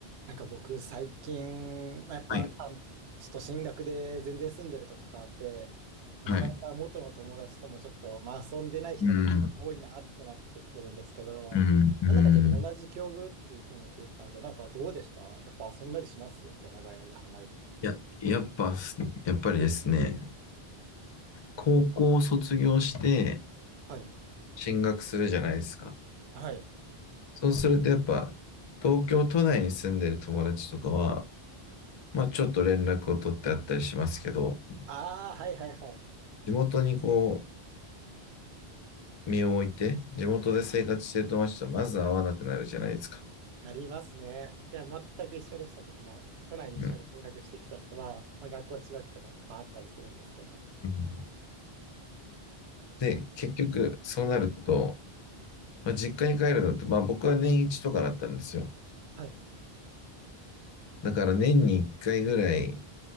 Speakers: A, on the right; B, on the left.
A: なんか僕最近、まあ、やっぱ、
B: はい。
A: あのちょっと進学で全然住んでるとこ変わって、まあなかなか元の友達ともちょっと、
B: はい。
A: まあ、遊んでない人も多いなってなってきてるんですけど、
B: うん、うん、うん。
A: まあ、なんか結構同じ境遇っていうふうに聞いてたんで、なんかどうでしたやっぱ遊んだりしますこう長い間離れても。
B: や、やっぱす、やっぱりですね、高校を卒業して
A: はい。
B: 進学するじゃないですか。
A: はい。
B: そうするとやっぱ、東京都内に住んでる友達とかは、まあちょっと連絡を取ってあったりしますけど、
A: ああ、はいはいはい。
B: 地元にこう、身を置いて、地元で生活してる友達とまず会わなくなるじゃないですか。
A: なりますね。いや、全く一緒でした、僕も。都内に一緒に見学してきた人は、
B: うん。
A: まあ、学校違くてもやっぱあったりするんですけど。
B: うんで、結局、そうなると、まあ、実家に帰るのって、まあ僕は年一とかだったんですよ。
A: はい。
B: だから年に1回ぐらい